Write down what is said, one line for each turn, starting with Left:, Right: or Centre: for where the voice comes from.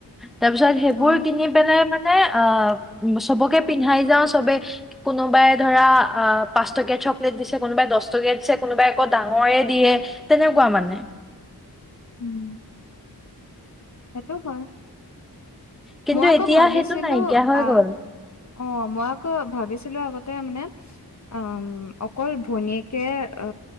Centre: তাৰ পিছত সেইবোৰ
Left: অ
Centre: কিনি পেলাই মানে অ, চবকে পিন্ধাই যাওঁ চবে, কোনোবাই ধৰা অ পাঁচ টকীয়া চকলেট দিছে, কোনোবাই দচ টকীয়া দিছে, কোনোবাই অকৌ ডাঙৰে দিয়ে তেনেকুৱা মানে।
Left: উম। সেইটো হয়,
Centre: কিন্তু
Left: মই আকৌ
Centre: এতিয়া
Left: ভাবিছিলোঁ
Centre: সেইটো নাইকিয়া হৈ
Left: আহ
Centre: গ'ল
Left: অ মই আকৌ ভাবিছিলো আগতে মানে, অ অকল ভনীয়েকে, অ